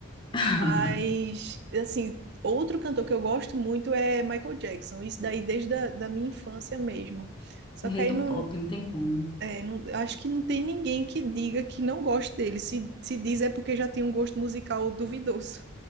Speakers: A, on the left (about 20°); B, on the right (about 50°).
A: <laughs>
B: Mas, assim, outro cantor que eu gosto muito é Michael Jackson. Isso daí desde a, da minha infância mesmo. Só
A: O
B: que
A: rei
B: aí
A: do
B: não,
A: pop, não tem como.
B: é, não- acho que não tem ninguém que diga que não goste dele. Se, se diz é porque já tem um gosto musical duvidoso.